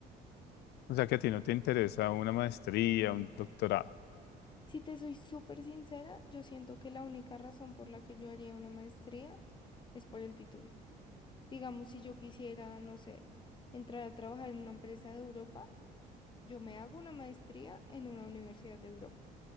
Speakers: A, on the left (about 75°); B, on the left (about 25°).
A: O sea que a ti no te interesa una maestría, un doctorado.
B: Si te soy súper sincera, yo siento que la única razón por la que yo haría una maestría es por el título. Digamos, si yo quisiera, no sé, entrar a trabajar en una empresa de Europa, yo me hago una maestría en una universidad de Europa.